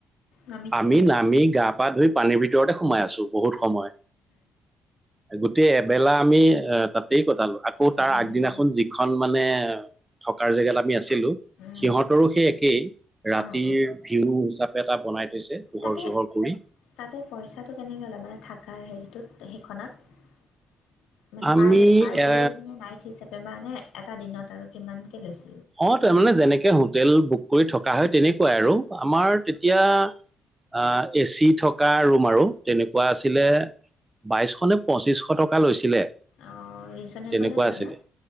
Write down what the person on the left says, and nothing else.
নামিছিলানে?
উম,
উম,
অ', অ',
তাতে
তাতে পইচাটো কেনেকৈ লয় মানে থাক কাৰ হেৰিটোত সেইখনত মান
প পাৰ
মে নাইট হিচাপে বাে এটা দিনত আৰু কিমানকে লৈছে <unintelligible>
অঁ ৰিজনেবলে
হয়
ন